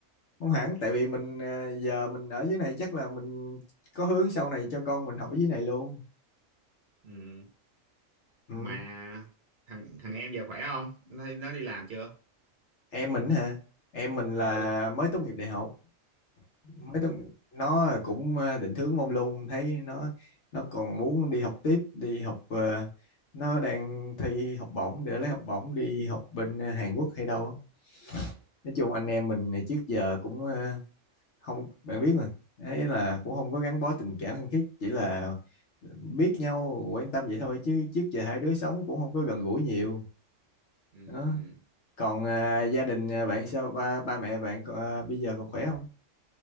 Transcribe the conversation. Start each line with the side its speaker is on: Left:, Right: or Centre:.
Left: không hẳn tại vì mình ờ, giờ mình ở dưới này chắc là mình có hướng sau này cho con mình học ở dưới này luôn
Right: ừm,
Left: ừ.
Right: mà thằng thằng em giờ khỏe không nó nó đi làm chưa
Left: em mình hả em mình là
Right: ừ
Left: mới tốt nghiệp đại học mấy
Right: Ừm,
Left: tuần nó cũng ờ, định hướng mông lung thấy nó nó còn muốn đi học tiếp đi học ờ, nó đang thi học bổng để lấy học bổng đi học bên ờ, Hàn Quốc hay đâu á. nói chung anh em mình này trước giờ cũng ờ, không bạn biết mà ấy là cũng không có gắn bó tình cảm thân thiết chỉ là biết nhau quan tâm vậy thôi chứ trước giờ hai đứa sống cũng không có gần gũi nhiều
Right: ừm,
Left: đó
Right: ừm.
Left: còn ờ, gia đình ờ, bạn sao ba ba mẹ bạn có- ờ, bây giờ còn khỏe không